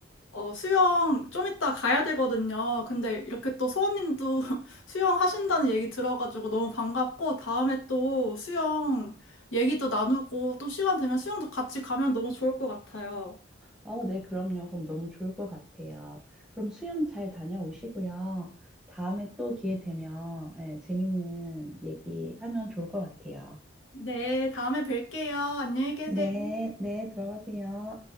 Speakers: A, on the left; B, in the centre.
A: 어, 수영 좀 이따 가야 되거든요. 근데 이렇게 또 소원님도 <laughs> 수영 하신다는 얘기 들어가지고 너무 반갑고 다음에 또 수영 얘기도 나누고 또 시간 되면 수영도 같이 가면 너무 좋을 것 같아요.
B: 어, 네, 그럼요. 그럼 너무 좋을 것 같아요. 그럼 수영 잘 다녀오시고요. 다음에 또 기회 되면 네, 재밌는 얘기하면 좋을 것 같아요.
A: 네, 다음에 뵐게요. 안녕히 계세요.
B: 네, 네, 들어가세요.